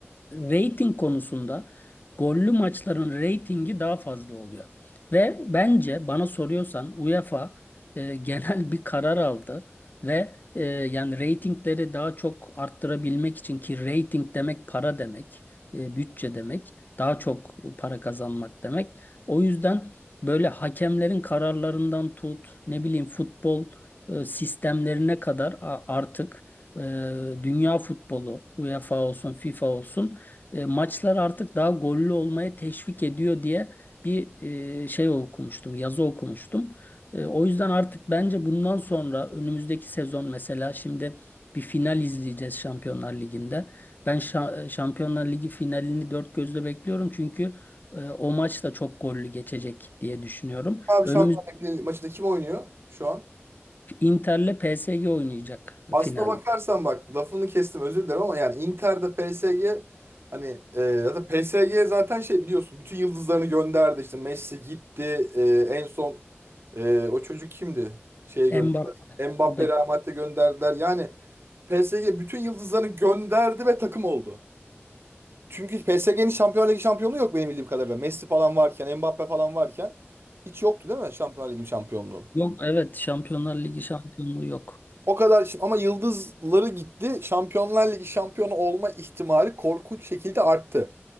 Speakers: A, on the left; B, on the right.
A: rating konusunda gollü maçların ratingi daha fazla oluyor. Ve bence bana soruyorsan UEFA e, genel bir karar aldı. Ve e, yani reytingleri daha çok arttırabilmek için ki reyting demek para demek, e, bütçe demek, daha çok para kazanmak demek. O yüzden böyle hakemlerin kararlarından tut, ne bileyim futbol e, sistemlerine kadar a- artık e, dünya futbolu, UEFA olsun, FIFA olsun e, maçlar artık daha gollü olmaya teşvik ediyor diye bir e, şey okumuştum, yazı okumuştum. E, o yüzden artık bence bundan sonra önümüzdeki sezon mesela şimdi bir final izleyeceğiz Şampiyonlar Ligi'nde. Ben Şa- Şampiyonlar Ligi finalini dört gözle bekliyorum çünkü e, o maç da çok gollü geçecek diye düşünüyorum.
B: Abi
A: Önümüz
B: Şampiyonlar Ligi maçında kim oynuyor şu an?
A: Inter'le PSG oynayacak
B: Aslına
A: final.
B: bakarsan bak lafını kestim özür dilerim ama yani Inter'de PSG hani e, zaten PSG zaten şey biliyorsun bütün yıldızlarını gönderdi işte Messi gitti e, en son e, o çocuk kimdi? Şeye gönderdi.
A: Mbappe
B: Mbappe
A: o da
B: Real Madrid'e gönderdiler. Yani PSG bütün yıldızlarını gönderdi ve takım oldu. Çünkü PSG'nin Şampiyonlar Ligi şampiyonluğu yok benim bildiğim kadarıyla. Messi falan varken, Mbappe falan varken hiç yoktu değil mi Şampiyonlar Ligi şampiyonluğu?
A: yok evet Şampiyonlar Ligi şampiyonluğu yok.
B: O kadar şimdi ama yıldızları gitti. Şampiyonlar Ligi şampiyonu olma ihtimali korkunç şekilde arttı.